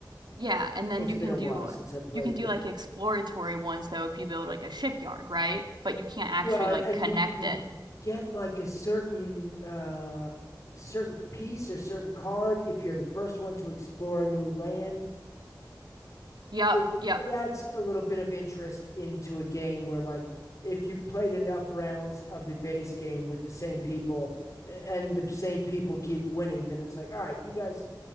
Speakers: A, on the right; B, on the left.
A: Yeah,
B: uh,
A: and then
B: it's
A: you
B: been
A: can
B: a
A: do
B: while since I played,
A: you can do
B: but
A: like exploratory ones though if you build like a shipyard, right? But you can't actually
B: well,
A: like
B: and
A: connect
B: you you
A: it.
B: get like a certain uh certain piece or certain card if you're the first one to explore a new land.
A: Yep,
B: It
A: yep.
B: it adds a little bit of interest into a game where like if you've played enough rounds of the base game with the same people and the same people keep winning, then it's like, all right, you guys